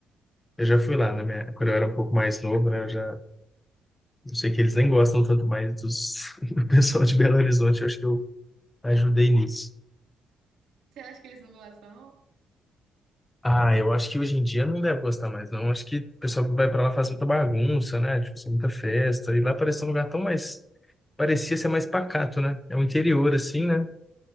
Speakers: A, on the left; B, on the right.
A: Eu já fui lá na minha, quando eu era um pouco mais novo, né? Eu já, eu sei que eles nem gostam tanto mais dos, <laughs> do pessoal de Belo Horizonte. Eu acho que eu ajudei nisso.
B: Você acha que eles não gostam, não?
A: Ah, eu acho que hoje em dia não deve gostar mais, não. Acho que o pessoal que vai para lá faz muita bagunça, né? Tipo, assim, muita festa. E lá parece um lugar tão mais parecia ser mais pacato, né? É o interior, assim, né?